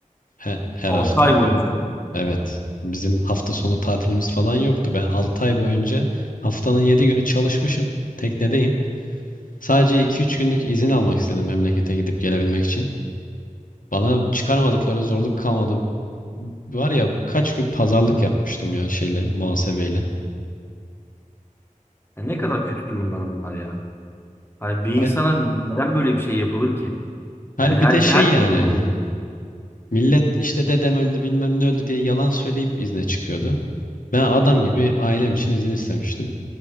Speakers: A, on the left; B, on the left.
A: he- her
B: 6
A: hafta.
B: ay boyunca.
A: Evet. Bizim hafta sonu tatilimiz falan yoktu. Ben 6 ay boyunca haftanın 7 günü çalışmışım. Teknedeyim. Sadece iki üç günlük izin almak istedim memlekete gidip gelebilmek için. Bana çıkarmadıkları zorluk kalmadı. Var ya kaç gün pazarlık yapmıştım ya şeyle, muhasebeyle.
B: Ya ne kadar kötü durumlar bunlar ya. Hani bir insana
A: Her,
B: neden böyle bir şey yapılır ki?
A: her
B: Yani herke
A: bir de şey
B: herkes
A: yani
B: burada.
A: millet işte dedem öldü bilmem ne öldü diye yalan söyleyip izne çıkıyordu. Ben adam gibi ailem için izin istemiştim.